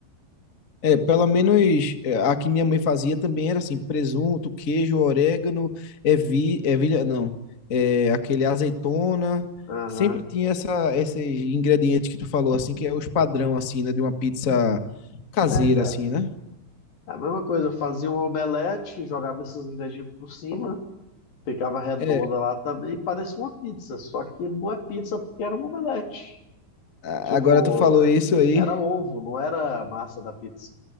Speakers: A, on the left; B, on the left.
A: É, pelo menos é, a que minha mãe fazia também era assim, presunto, queijo, orégano, ervi, ervilha, não, é, aquele azeitona,
B: Aham.
A: sempre tinha essa, esses ingredientes que tu falou, assim, que é os padrão, assim, né, de uma pizza caseira,
B: É, cara.
A: assim, né?
B: é A mesma coisa, eu fazia um omelete, jogava esses ingredientes por cima, ficava redonda
A: É,
B: lá também, e parecia uma pizza. Só que não é pizza porque era um omelete.
A: a-
B: Tipo,
A: agora tu falou isso aí,
B: era ovo, não era a massa da pizza.